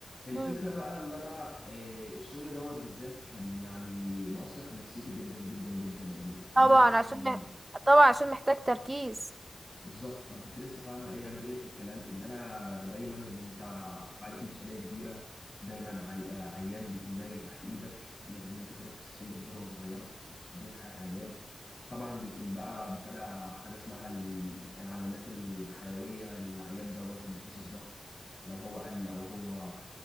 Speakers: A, on the left; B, on the right.
A: الفكرة
B: مم.
A: بقى اللي أنا آه، الشغل دوت بالذات كان يعني مؤثر في نفسيتي جدا جدا جدا يعني بجد
B: طبعا
A: كان
B: عشان مح... طبعا عشان محتاج تركيز
A: بالظبط انا كنت لسه فاهم ايه يعني جايلك في الكلام ان انا دايما ان انت عليك مسؤوليه كبيره دايما عي... آه، عيان بيكون نايم تحت ايدك لازم إن انت تركز في كل كبيره وصغيره عشان ديت حياه عيان طبعا بيكون بقى بتابع حاجه اسمها ال- العلامات الحيويه للعيان دوت من حيث الضغط لو هو قل او هو